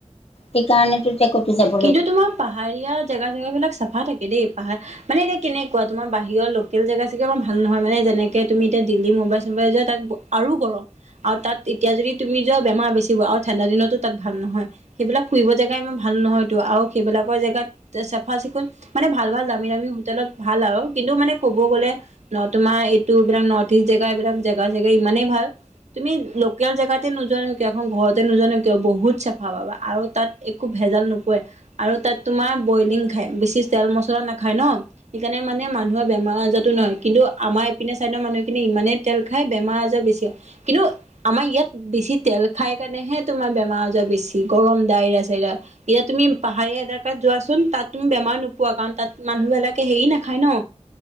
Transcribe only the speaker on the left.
সেইকাৰণে টোত কে কতো যাব